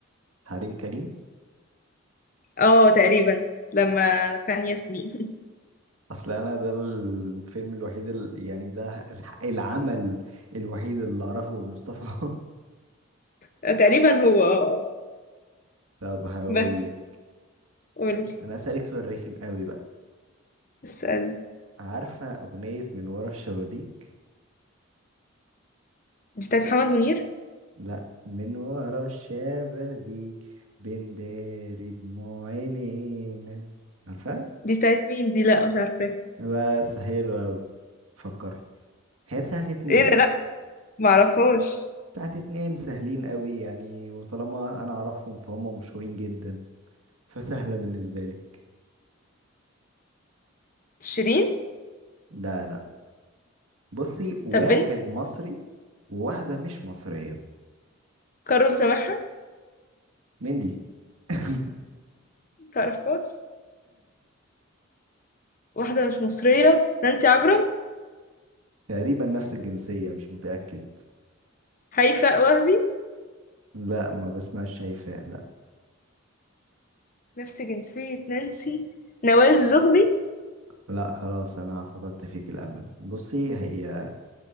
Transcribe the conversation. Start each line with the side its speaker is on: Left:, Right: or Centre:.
Right: حريم كريم
Left: اه تقريبا لما خان ياسمين
Right: اصل انا ده الفيلم الوحيد ال... يعني ده الح- العمل الوحيد اللي اعرفه لمصطفى <laughs>
Left: <laughs> تقريبا هو اه
Right: طب هقول
Left: بس
Right: لك
Left: قولي
Right: انا اسالك سؤال رخم قوي بقى
Left: اسأل
Right: عارفه اغنيه من ورا الشبابيك
Left: دي بتاعت محمد منير
Right: لا من ورا الشبابيك بنداري دموع عينينا عارفه
Left: دي بتاعت مين دي لا مش عارفة
Right: بس حلو قوي فكري هي بتاعت اتنين
Left: ايه ده لا معرفهاش
Right: بتاعت اتنين سهلين قوي يعني وطالما انا اعرفهم فهم مشهورين جدا فسهله بالنسبه لك
Left: شيرين
Right: لا لا بصي واحد
Left: طب بنت
Right: مصري وواحدة مش مصرية
Left: كارول سماحة
Right: مين دي؟ <laughs>
Left: تعرفهاش واحدة مش مصرية نانسي عجرم
Right: تقريبا نفس الجنسية مش متأكد
Left: هيفاء وهبي
Right: لا ما بسمعش شايفة لا
Left: نفس جنسية نانسي نوال زغبي
Right: لا خلاص أنا فقدت فيك الأمل بصي هي